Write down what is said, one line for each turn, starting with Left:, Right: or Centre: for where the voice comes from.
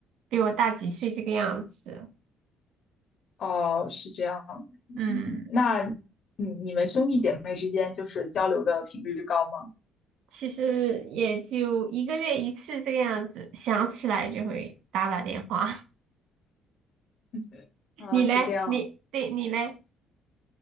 Right: 比我大几岁这个样子。
Left: 哦，是这样。
Right: 嗯。
Left: 那你你们兄弟姐妹之间就是交流的频率高吗？
Right: 其实也就一个月一次这个样子，想起来就会打打电话。
Left: 对，
Right: <laughs>
Left: 啊，
Right: 你嘞？
Left: 是这样。
Right: 你对你嘞？